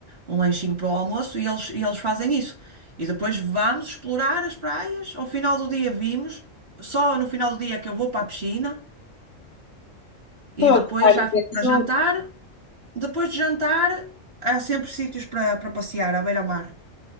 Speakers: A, on the right (about 50°); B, on the left (about 75°).
A: um lanchinho para o almoço, e eles, e eles fazem isso. E depois vamos explorar as praias. Ao final do dia vimos, só no final do dia é que eu vou para a piscina
B: estou
A: e depois
B: a gostar disso,
A: já fico para jantar Depois de jantar, há sempre sítios para para passear, à beira-mar.